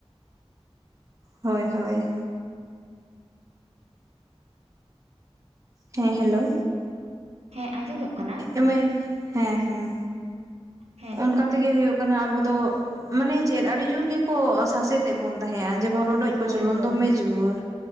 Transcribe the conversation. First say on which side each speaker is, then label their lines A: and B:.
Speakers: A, on the right (about 30°); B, on the right (about 80°).
A: ᱦᱳᱭ ᱦᱳᱭ ᱦᱮᱸ ᱦᱮᱞᱳ
B: ᱦᱮᱸ ᱟᱸᱡᱚᱢᱚᱜ ᱠᱟᱱᱟ
A: ᱮᱢᱟᱭ ᱦᱮᱸ ᱦᱮᱸ
B: ᱦᱮᱸ
A: ᱚᱱᱠᱟ ᱛᱮᱜᱮ ᱦᱩᱭᱩᱜ ᱠᱟᱱᱟ ᱟᱵᱚ ᱫᱚ ᱢᱟᱱᱮ ᱪᱮᱫ ᱟᱹᱰᱤ ᱡᱩᱨ ᱜᱮᱠᱚ ᱥᱟᱥᱮᱛ-ᱮᱫ ᱵᱚᱱ ᱛᱟᱦᱮᱸᱫᱼᱟ ᱡᱮᱢᱚᱱ ᱨᱚᱰᱚᱡ
B: ᱦᱳᱭ
A: ᱠᱚᱪᱚᱞᱚᱱ
B: ᱦᱳᱭ
A: ᱫᱚᱢᱮ ᱡᱳᱨ